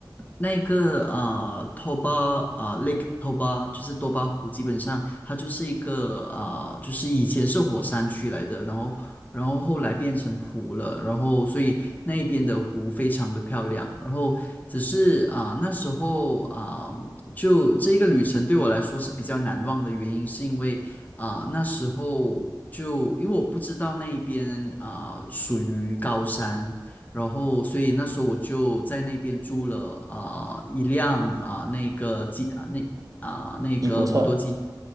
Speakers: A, on the left; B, on the right.
A: 那个啊、Toba 啊、Lake Toba 就是多巴湖，基本上它就是一个啊、就是以前是火山区来的，然后然后后来变成湖了，然后所以那一边的湖非常的漂亮，然后只是啊、那时候啊、就这个旅程对我来说是比较难忘的原因，是因为啊、那时候就因为我不知道那一边啊、属于高山。然后，所以那时候我就在那边租了啊、一辆啊、那个机啊那啊、那个摩托机车，
B: 吉普车，